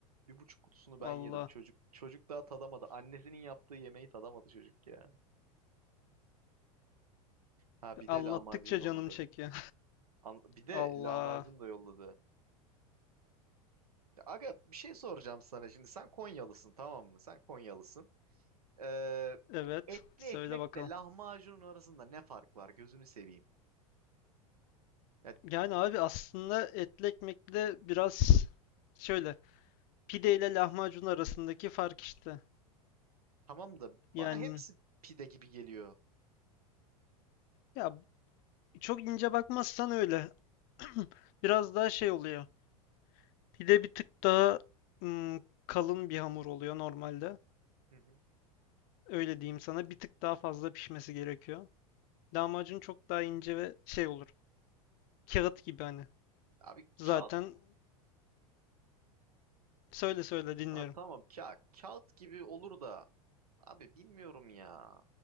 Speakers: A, on the right; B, on the left.
A: Bir buçuk kutusunu
B: Allah.
A: ben yedim. Çocuk çocuk daha tadamadı. Annesinin yaptığı yemeği tadamadı çocuk ya. Ha bir
B: Anlattıkça
A: de lahmacun yolladı.
B: canım çekiyor.
A: An- bir de
B: <laughs> Allah.
A: lahmacun da yolladı. Ya Aga bir şey soracağım sana şimdi. Sen Konyalısın tamam mı? Sen Konyalısın. Ee,
B: Evet.
A: etli
B: Söyle
A: ekmekle
B: bakalım.
A: lahmacunun arasında ne fark var? Gözünü seveyim. Ya
B: Yani abi aslında etli ekmekle biraz şöyle pide ile lahmacun arasındaki fark işte.
A: tamam da bana
B: Yani
A: hepsi pide gibi geliyor.
B: ya çok ince bakmazsan öyle. <clears throat> Biraz daha şey oluyor. Pide bir tık daha ım, kalın bir hamur oluyor normalde.
A: Hı hı.
B: Öyle diyeyim sana. Bir tık daha fazla pişmesi gerekiyor. Lahmacun çok daha ince ve şey olur. Kağıt gibi hani.
A: Abi
B: Zaten
A: kağıt
B: söyle söyle dinliyorum.
A: ha, tamam ka kağıt gibi olur da abi bilmiyorum ya.